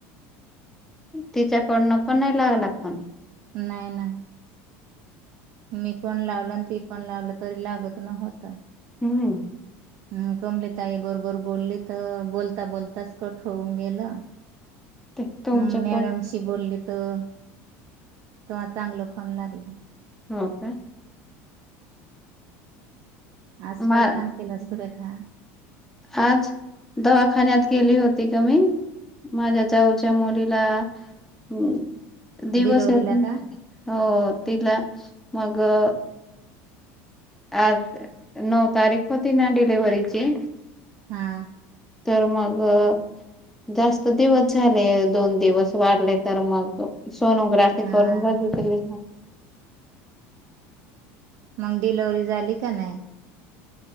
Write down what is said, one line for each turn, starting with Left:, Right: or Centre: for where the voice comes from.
Centre: तिच्याकडनं पण नाही लागला फोन
Right: नाही नाही. मी पण लावलं आणि ती पण लावलं तरी लागत नव्हता.
Centre: हं.
Right: अम कमलीताई बरोबर बोलली तर बोलता बोलताच कट होऊन गेला.
Centre: ते तुमच्याक
Right: मग मॅडमशी बोललीत. त त्हा चांगल फोन लागलो.
Centre: हो का?
Right: आज
Centre: मा
Right: काय काम केलं सुरेखा.
Centre: आज दवाखान्यात गेली होती. म माझ्या जाऊच्या मुलीला ऊ दिवस
Right: डिलव्हरीला
Centre: आहे
Right: का
Centre: हो तिला मग अ आज नऊ तारीख होती ना डिलिव्हरीची
Right: हा.
Centre: तर मगअ जास्त दिवस झाले दोन दिवस वाढले तर मग सोनोग्राफी
Right: हा
Centre: करून बघितली.
Right: मग डिलिव्हरी झाली का नाही.